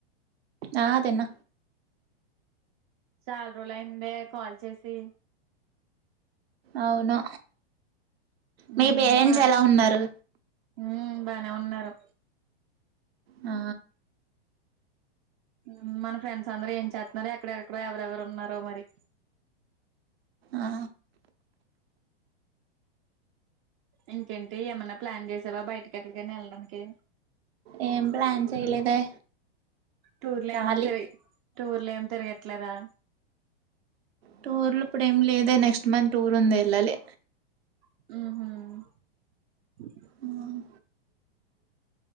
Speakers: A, on the right; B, on the right.
A: ఆ తిన్న
B: చాలా రోజులు అయిందే కాల్ చేసి
A: అవును మీ
B: ఉమ్
A: పేరెంట్స్
B: మా
A: ఎలా ఉన్నారు
B: ఉమ్ బానే ఉన్నారు
A: ఆ
B: ఉమ్ మన ఫ్రెండ్స్ అందరు ఏం చేత్ నారో ఎక్కడెక్కడో ఎవరెవరు ఉన్నారో మరి
A: ఆ
B: ఇంకేంటి ఏమన్న ప్లాన్ చేసావా బయటికెక్కడికైన ఎల్డానికి
A: ఏం ప్లాన్ చేయలేదే
B: టూర్లో
A: ఖాళీ
B: ఏమంతిరి టూర్లేమ్ తిరగట్లేదా
A: టూర్లుప్పుడు ఏం లేదే నెక్స్ట్ మన్ టూరుందెళ్లలే
B: ఉహూ
A: ఉమ్